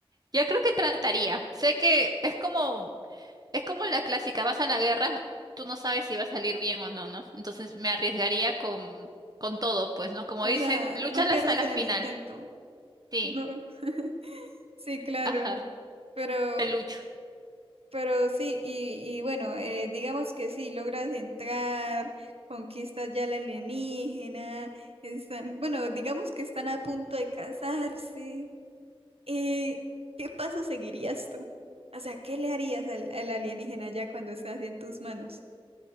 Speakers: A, on the right; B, on the right.
A: Yo creo que trataría. Sé que es como Es como la clásica, vas a la guerra, tú no sabes si va a salir bien o no, ¿no? Entonces me arriesgaría con, con todo, pues, ¿no? Como
B: O
A: dicen,
B: sea,
A: lúchala
B: no pierdas
A: hasta la
B: en
A: final.
B: el intento.
A: Sí,
B: No. <laughs> Sí, claro,
A: ajá,
B: pero
A: te lucho.
B: Pero sí, y, y bueno, eh, digamos que sí, logras entrar, conquistas ya la alienígena, están, bueno, digamos que están a punto de casarse. Eh, ¿qué paso seguirías tú? O sea, ¿qué le harías al, al alienígena ya cuando estás en tus manos?